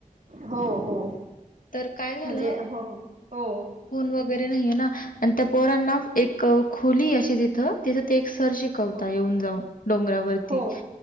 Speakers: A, on the right; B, on the left.
A: हो हो
B: तर काय झालं
A: म्हणजे हो हो
B: फोन व त्या पोर एक खोली तिथ त सर शिकवता
A: हो
B: येऊन जाऊन डोंगरावरती
A: हो